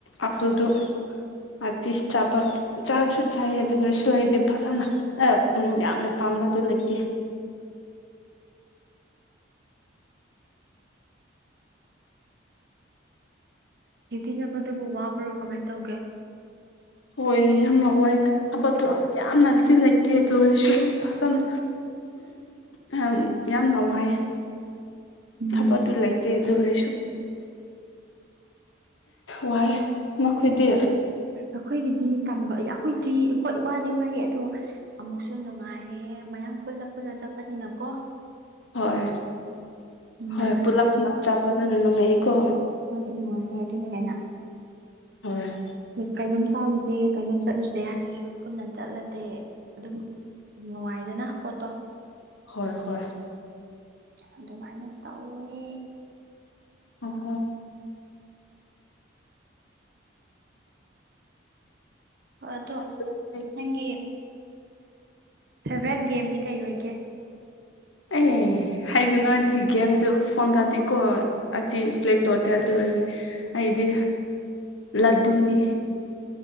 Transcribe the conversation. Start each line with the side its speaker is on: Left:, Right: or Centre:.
Left: ꯑꯗꯨꯝ ꯍꯥꯏꯕꯗꯤ ꯆꯥꯕꯜ ꯆꯥꯖꯨ ꯆꯥꯏꯌꯦ ꯑꯗꯨꯒꯁꯨ ꯑꯩꯗꯤ ꯐꯖꯅ ꯑꯥ ꯎꯝ ꯌꯥꯝꯅ ꯄꯥꯝ ꯇꯝꯕꯗꯨ ꯂꯩꯇꯦ
Right: <inaudible> ꯗ꯭ꯌꯨꯇꯤ ꯆꯠꯄꯗꯨꯕꯨ ꯋꯥꯕ꯭ꯔꯣ ꯀꯃꯥꯏꯅ ꯇꯧꯒꯦ
Left: ꯍꯣꯏ ꯌꯥꯝꯅ ꯋꯥꯏ ꯊꯕꯛꯇꯣ ꯌꯥꯝꯅ ꯆꯤꯟ ꯂꯩꯇꯦ ꯑꯗꯨ ꯑꯣꯏꯔꯁꯨ ꯗꯨꯝ ꯐꯖꯅ ꯑꯍꯝ ꯌꯥꯝꯅ ꯋꯥꯏꯌꯦ
Right: <inaudible> ꯎꯝ
Left: ꯊꯕꯠꯇꯨ ꯂꯩꯇꯦ ꯑꯗꯨ ꯑꯣꯢꯔꯁꯨ ꯋꯥꯏ ꯅꯈꯣꯏꯗꯤ
Right: ꯑꯈꯣꯏꯒꯤꯗꯤ ꯇꯝꯕ ꯌꯥꯎ ꯑꯈꯣꯏꯗꯤ ꯋꯥꯗꯤ ꯋꯥꯌꯦ ꯑꯗꯣ ꯑꯃꯨꯛꯁꯨ ꯅꯨꯡꯉꯥꯏꯌꯦ ꯃꯌꯥꯝ ꯄꯨꯜꯂ ꯄꯨꯜꯂ ꯆꯠꯄꯅꯤꯅꯀꯣ
Left: ꯍꯣꯏ
Right: ꯅꯨꯡꯉꯥꯏꯅ
Left: ꯍꯣꯏ ꯄꯨꯂꯞ ꯄꯨꯂꯞ ꯆꯥꯕꯗꯣ ꯅꯨꯡꯉꯥꯏꯌꯧꯀꯣ
Right: ꯍꯣꯏ ꯅꯨꯡꯉꯥꯏꯔꯦ ꯑꯗꯨꯅ ꯍꯦꯟꯅ
Left: ꯍꯣꯏ
Right: ꯀꯩꯅꯣꯝ ꯆꯥꯎꯔꯨꯁꯦ ꯀꯩꯅꯣꯝ ꯆꯠꯂꯨꯁꯦ ꯍꯥꯏꯔꯁꯨ ꯄꯨꯟꯅ ꯆꯠꯂꯗꯤ ꯑꯗꯨꯝ ꯅꯨꯡꯉꯥꯏꯗꯅ ꯄꯣꯠꯇꯣ
Left: ꯍꯣꯏ ꯍꯣꯏ
Right: ꯑꯗꯨꯃꯥꯏꯅ ꯇꯧꯋꯦ
Left: ꯑꯣ
Right: ꯑꯗꯣ
Left: ꯑꯗꯨꯗꯤ
Right: ꯅꯪꯒꯤ ꯐꯦꯚꯔꯥꯏꯠ ꯒꯦꯝꯗꯤ ꯀꯩ ꯑꯣꯏꯒꯦ
Left: ꯑꯦ ꯍꯥꯏꯒꯅꯨ ꯍꯥꯏꯗꯤ ꯒꯦꯝꯗ ꯐꯣꯟꯗꯗꯤꯀꯣ ꯍꯥꯏꯗꯤ ꯄ꯭ꯂꯦꯇꯣꯠꯇ ꯑꯗꯨ ꯑꯩꯗꯤ ꯂꯗꯨꯅꯤ